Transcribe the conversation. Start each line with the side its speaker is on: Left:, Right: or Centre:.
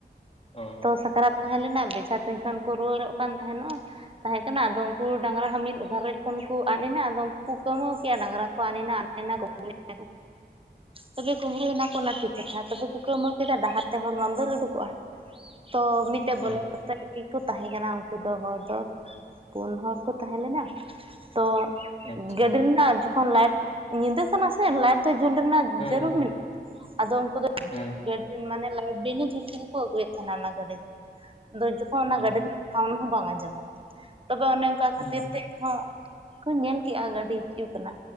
Left: ᱚ
Right: ᱛᱚ
Left: <inaudible>
Right: ᱥᱟᱠᱨᱟᱛ ᱛᱟᱦᱮᱸ ᱞᱮᱱᱟ ᱵᱮᱡᱷᱟ ᱛᱩᱧ ᱠᱷᱚᱱ ᱠᱚ ᱨᱩᱣᱟᱹᱲᱚᱜ ᱠᱟᱱ ᱛᱟᱦᱮᱱᱚᱜᱼᱟ ᱛᱟᱦᱮᱸ ᱠᱟᱱᱟ ᱟᱫᱚ ᱩᱱᱠᱩ ᱰᱟᱝᱨᱟ ᱦᱚᱸ ᱢᱤᱫ ᱜᱷᱟᱷᱟᱨᱚᱡᱽ ᱠᱷᱚᱱ ᱠᱚ ᱟᱫ ᱮᱱᱟ ᱟᱫᱚ <inaudible> ᱰᱟᱝᱨᱟ ᱠᱚ ᱟᱫ ᱮᱱᱟ <inaudible> ᱛᱚᱵᱮ ᱠᱩᱢᱵᱽᱲᱩᱮᱱᱟ ᱠᱚ ᱚᱱᱟ ᱴᱷᱤᱠ ᱠᱟᱛᱷᱟ ᱛᱚᱵᱮ ᱠᱩ ᱠᱟᱣᱢᱟᱣ ᱠᱮᱫᱟ ᱰᱟᱦᱟᱨ ᱛᱮ ᱦᱚᱲ ᱵᱟᱝ ᱫᱟᱹᱲ ᱩᱰᱩᱠᱚᱜᱼᱟ ᱛᱚ ᱢᱤᱫᱴᱮᱡ
Left: ᱦᱩᱸ
Right: ᱵᱚᱞᱚᱛ ᱠᱚ ᱛᱟᱦᱮᱸ ᱠᱟᱱᱟ ᱩᱱᱠᱩ ᱫᱚ ᱦᱚᱲ ᱫᱚ ᱯᱩᱱ ᱦᱚᱲ ᱠᱚ ᱛᱟᱦᱮᱸ ᱞᱮᱱᱟ ᱛᱚ
Left: ᱟᱪᱪᱷᱟ
Right: ᱜᱟᱹᱰᱤ ᱨᱮᱱᱟᱜ ᱡᱚᱠᱷᱚᱱ ᱞᱟᱭᱤᱴ ᱧᱤᱫᱟᱹᱜ ᱠᱟᱱᱟ ᱥᱮ ᱞᱟᱭᱤᱴ ᱫᱚ ᱡᱩᱞ ᱨᱮᱱᱟᱜ
Left: ᱦᱩᱸ
Right: ᱡᱟᱹᱨᱩᱲ
Left: ᱦᱩᱸ
Right: ᱢᱮᱱᱟᱜᱼᱟ ᱟᱫᱚ ᱩᱱᱠᱩ ᱫᱚ
Left: ᱦᱩᱸ
Right: ᱢᱟᱱᱮ ᱞᱟᱭᱤᱴ ᱵᱤᱱ ᱡᱩᱞ ᱵᱟ ᱠᱚ ᱟᱹᱜᱩᱭᱮᱫ ᱛᱟᱦᱮᱱᱟ ᱚᱱᱟ ᱜᱟᱹᱰᱤ ᱫᱚ ᱟᱫᱚ ᱡᱚᱠᱷᱚᱱ ᱚᱱᱟ
Left: ᱦᱩᱸ
Right: ᱜᱟᱹᱰᱤ ᱨᱤᱱᱤᱡ ᱦᱚᱸ ᱵᱟᱝ ᱟᱸᱡᱚᱢᱚᱜ ᱠᱟᱱᱟ ᱛᱚᱵᱮ ᱚᱱᱮ ᱚᱱᱠᱟ
Left: ᱦᱩᱸ
Right: ᱠᱷᱟᱹᱛᱤᱨ ᱛᱮᱦ ᱠᱩ ᱧᱮᱞ ᱠᱼᱟ ᱜᱟᱹᱰᱤ ᱦᱤᱡᱩᱜ ᱠᱟᱱᱟ